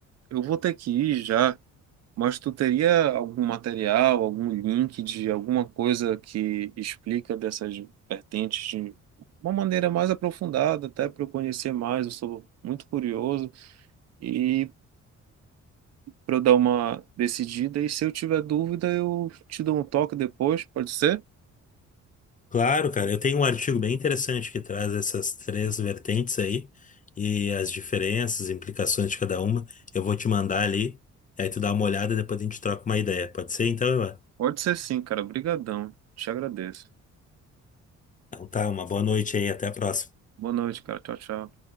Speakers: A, on the right (about 60°); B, on the left (about 25°).
A: eu vou ter que ir já, mas tu teria algum material, algum link de alguma coisa que explica dessas vertentes de uma maneira mais aprofundada, até para eu conhecer mais, eu sou muito curioso. E para eu dar uma decidida. E se eu tiver dúvida, eu te dou um toque depois, pode ser?
B: Claro, cara, eu tenho um artigo bem interessante que traz essas três vertentes aí e as diferenças, implicações de cada uma. Eu vou te mandar ali, aí tu dá uma olhada e depois a gente troca uma ideia. Pode ser? Então, Ivan?
A: Pode ser sim, cara. Obrigadão. Te agradeço.
B: Então tá, uma boa noite aí, até a próxima.
A: Boa noite, cara. Tchau, tchau.